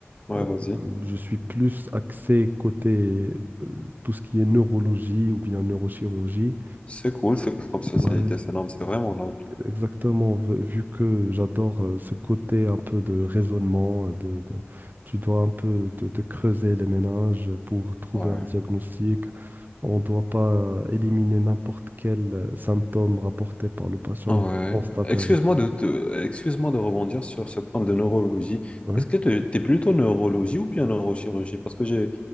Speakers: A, on the left (about 25°); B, on the right (about 45°).
A: Ouais,
B: Euh,
A: vas-y.
B: je suis plus axé côté euh, tout ce qui est neurologie ou bien neurochirurgie.
A: C'est cool, c'est cool comme société.
B: Ouais,
A: C'est noble, c'est vraiment noble.
B: Exactement, vu vu que j'adore euh, ce côté un peu de raisonnement, euh, de, de- tu dois un peu te, te creuser les méninges pour trouver
A: Ouais.
B: un diagnostic. On ne doit pas euh, éliminer n'importe quel euh, symptôme rapporté par le patient
A: Ouais.
B: ou bien constaté
A: Excuse-moi
B: avec un-
A: de te- excuse-moi de rebondir sur ce point de neurologie.
B: Ouais.
A: Est-ce que tu es plutôt neurologie ou bien neurochirurgie? Parce que j'ai